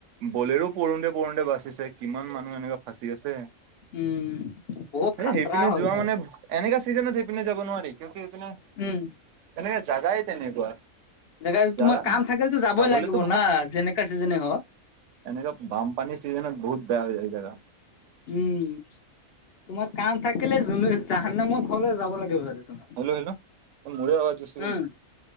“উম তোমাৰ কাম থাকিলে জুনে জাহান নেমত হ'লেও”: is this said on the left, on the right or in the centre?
Left